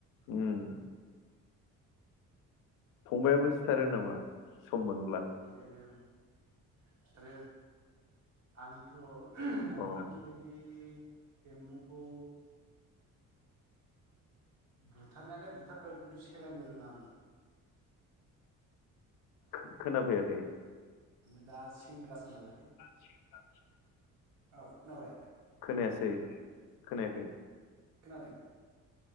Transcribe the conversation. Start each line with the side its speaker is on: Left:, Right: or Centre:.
Left: ओम। फंबाइयाबो सिथारो नामा? सम मोनब्ला।
Right: <unintelligible> सिथारो आंथ' आंथ'
Left: अ
Right: बेबायदि एम्बुखौ बुथारनायालाय बुथारो खिन्थु सेलायनो रोङा आङो।
Left: खो-खोनाफैयाखै।
Right: माने दा सेंग्रासो नालाय।
Left: <inaudible>
Right: औ खोनाबाय?
Left: खोनायासै खोनायाखै।
Right: खोनादों?